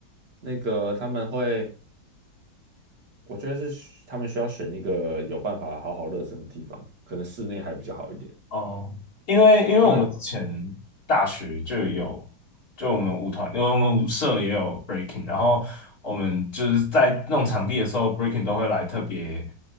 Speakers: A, on the right; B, on the left.
A: 那个他们会，我觉得是需他们需要选一个有办法好好热身的地方，可能室内还比较好一点，
B: 哦，因为因为我们之前大学就有，
A: 因为
B: 就我们舞团，因为我们舞社也有 breaking，然后我们就是在弄场地的时候，breaking 都会来特别